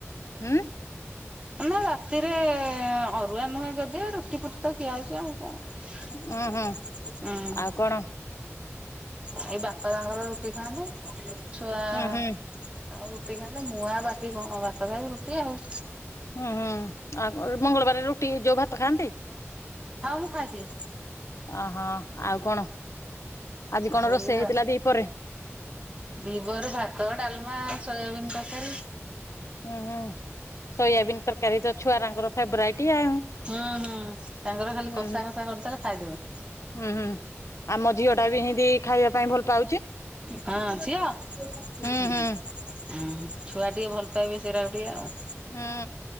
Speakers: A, on the left (about 80°); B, on the right (about 20°).
A: ହୁଁ
B: ନା ରାତିରେ ଅରୁଆ ନୁହେଁ ଯଦିଓ ରୁଟି ଫୁଟି ତ ଖିଆ ହଉଛି ଆଉ କଣ?
A: ଉଁ ହୁଁ
B: ହୁଁ।
A: ଆଉ କଣ?
B: ଏଇ ବାପା ତାଙ୍କର ରୁଟି ଖାଆନ୍ତି, ଛୁଆ ଆଉ
A: ହୁଁ ହୁଁ
B: ରୁଟି ଖାଆନ୍ତି, ମୁଁ ଆଉ ବାକି କଣ ଭାତ ଖାଇବି ରୁଟି ଆଉ।
A: ହୁଁ ହୁଁ ଆଉ ମଙ୍ଗଳବାର ରୁଟି ଯୋଉ ଭାତ ଖାଆନ୍ତି?
B: ହ ମୁଁ ଖାଇଦିଏ।
A: ଓହୋ ଆଉ କଣ, ଆଜି କଣ
B: ଆଉ
A: ରୋଷେଇ
B: ଏଇଆ
A: ହେଇଥିଲା ଦିପହରେ?
B: ଦିପହରେ ଭାତ ଡାଲମା ସୋୟାବିନ୍ ତରକାରୀ।
A: ହୁଁ ହୁଁ ସୋୟାବିନ୍ ତରକାରୀ ତ ଛୁଆରାଙ୍କର ଫେଵରାଇଟି ଆଉ।
B: ହୁଁ ହୁଁ ତାଙ୍କର ଖାଲି
A: ହୁଁ
B: କଷା
A: ହୁଁ
B: କଷା କରିଦେଲେ ଖାଇଦେବ।
A: ହୁଁ ହୁଁ ଆମ ଝିଅ ଟା ବି ହେନ୍ତି ଖାଇବା ପାଇଁ ଭଲ ପାଉଛି।
B: ହଁ ଝିଅ। ହ
A: ହୁଁ ହୁଁ
B: ଛୁଆ ଟିକେ ଭଲ ପାଇବେ ସେଇରାକୁ ଟିକେ ଆଉ।
A: ହୁଁ